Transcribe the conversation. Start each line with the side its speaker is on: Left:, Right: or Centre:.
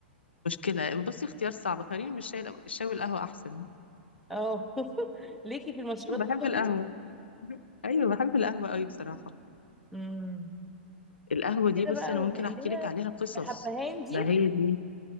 Left: مشكله بصي اختيار صعب خليني بالشاي الأو- الشاي والقهوه احسن
Centre: اه <laughs> ليكي في المشروبات
Left: بحب
Centre: السخنه
Left: القهوه <laughs> ايوه بحب القهوه قوي بصراحه
Centre: امم
Left: القهوه دي
Centre: كده
Left: بصي
Centre: بقى
Left: انا ممكن
Centre: اللي
Left: احكي
Centre: هي
Left: لك عليها قصص
Centre: بحبهان دي
Left: ده هي دي